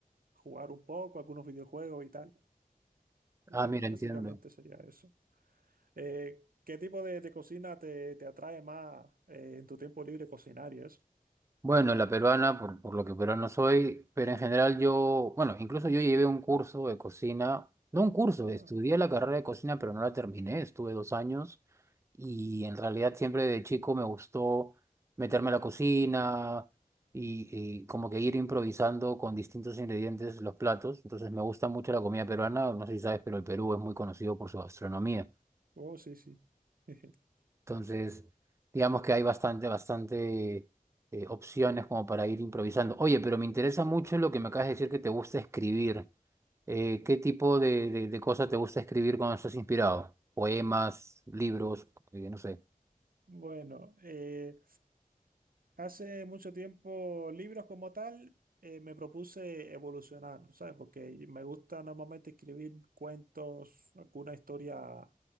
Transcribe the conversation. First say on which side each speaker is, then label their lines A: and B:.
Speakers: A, on the right; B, on the right.
A: jugar un poco, algunos videojuegos y tal. y
B: Ah,
A: Ya,
B: mira,
A: básicamente
B: entiendo.
A: sería eso. Eh, ¿qué tipo de, de cocina te, te atrae más eh, en tu tiempo libre cocinar y eso?
B: Bueno, la peruana, por, por lo que peruano soy, pero en general yo, bueno, incluso yo llevé un curso de cocina, no un curso,
A: Ah,
B: estudié la carrera de cocina, pero no la terminé, estuve dos años y en realidad siempre de chico me gustó meterme a la cocina y, y como que ir improvisando con distintos ingredientes los platos, entonces me gusta mucho la comida peruana, no sé si sabes, pero el Perú es muy conocido por su gastronomía.
A: oh, sí, sí. <laughs>
B: Entonces, digamos que hay bastante, bastante eh, opciones como para ir improvisando. Oye, pero me interesa mucho lo que me acabas de decir que te gusta escribir. Eh, ¿qué tipo de, de, de cosas te gusta escribir cuando estás inspirado? Poemas, libros, eh, no sé.
A: Bueno, eh, hace mucho tiempo libros como tal eh, me propuse evolucionar, ¿sabes? Porque me gusta normalmente escribir cuentos, alguna historia